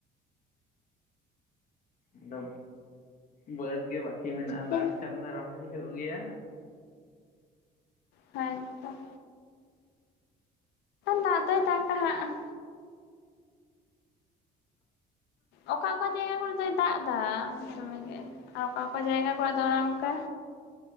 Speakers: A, on the left; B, on the left.
A: ᱟᱫᱚ ᱵᱟᱹᱫᱽ ᱜᱮ ᱵᱟᱹᱠᱤ ᱢᱮᱱᱟᱜ-ᱟ
B: ᱦᱩᱸ
A: ᱫᱟᱜ ᱠᱷᱟᱱ ᱫᱚ ᱨᱚᱦᱚᱭ ᱦᱩᱭᱩᱜ ᱜᱮᱭᱟ᱾
B: ᱦᱮᱸ ᱛᱚ᱾ ᱫᱟᱜ ᱫᱚᱭ ᱫᱟᱜ-ᱟ ᱦᱟᱸᱜ᱾ ᱚᱠᱟ ᱚᱠᱟ ᱡᱟᱭᱜᱟ ᱠᱚᱨᱮ ᱫᱚᱭ ᱫᱟᱜ ᱮᱫᱟ ᱫᱚᱢᱮ ᱜᱮ, ᱟᱨ ᱚᱠᱟ ᱚᱠᱟ ᱡᱟᱭᱜᱟ ᱠᱚᱨᱮ ᱫᱚ ᱚᱱᱮ ᱚᱱᱠᱟ᱾